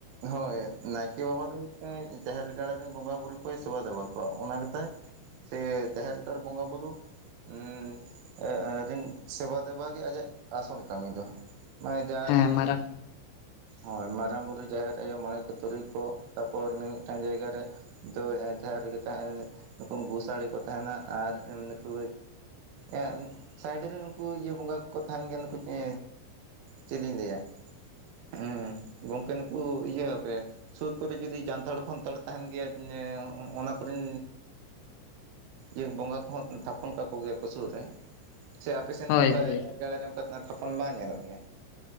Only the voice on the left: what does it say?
ᱦᱮᱸ ᱢᱟᱨᱟᱝ
ᱦᱳᱭ
ᱦᱳᱭ